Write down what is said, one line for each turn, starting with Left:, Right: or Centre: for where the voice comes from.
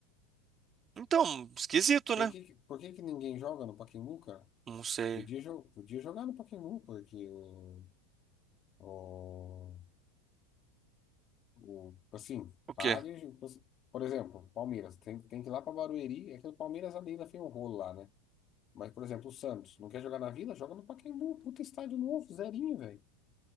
Right: Então, esquisito,
Left: Por
Right: né?
Left: que, que- por que que ninguém joga no Pacaembu, cara?
Right: Não sei.
Left: Podia, jo- podia jogar no Pacaembu, porque o, o, o- tipo assim,
Right: O quê?
Left: paga. e- Por exemplo, Palmeiras, tem, tem que ir lá pra Barueri, é que o Palmeiras ali ainda fez um rolo lá, né? Mas, por exemplo, o Santos não quer jogar na Vila? Joga no Pacaembu. Puta estádio novo, zerinho, velho.